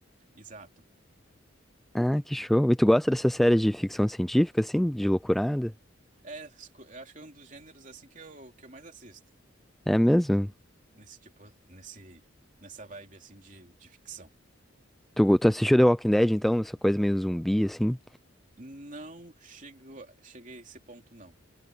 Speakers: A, on the right; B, in the centre.
A: Exato.
B: Ah, que
A: E-
B: show.
A: e-
B: E tu gosta dessa série de ficção científica, assim? De loucurada?
A: é, esco- eu acho que é um dos gêneros assim que eu, que eu mais assisto
B: É mesmo?
A: nesse tipo, nesse, nessa vibe assim de, de ficção.
B: Tu, go- tu assistiu The Walking Dead, então? Essa coisa meio zumbi, assim?
A: Não chego, cheguei a esse ponto, não.